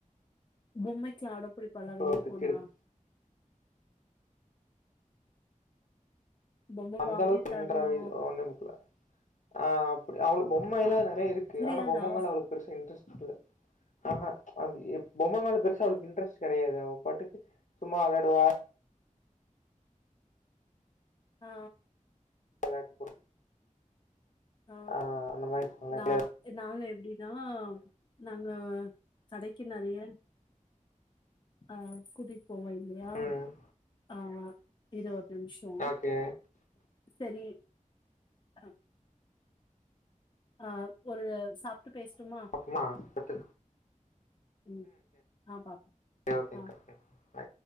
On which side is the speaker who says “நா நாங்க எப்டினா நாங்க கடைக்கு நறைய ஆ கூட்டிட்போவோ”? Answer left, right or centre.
Left